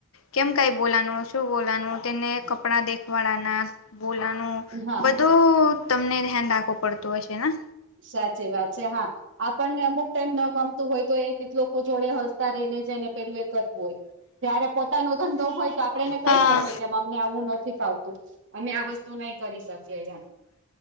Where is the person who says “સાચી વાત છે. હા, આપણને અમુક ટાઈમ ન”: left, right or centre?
Right